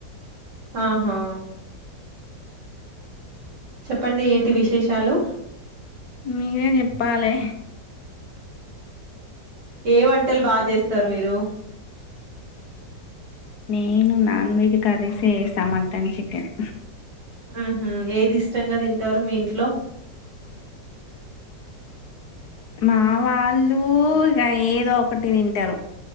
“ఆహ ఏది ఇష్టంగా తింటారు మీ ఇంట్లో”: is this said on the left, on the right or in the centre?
Right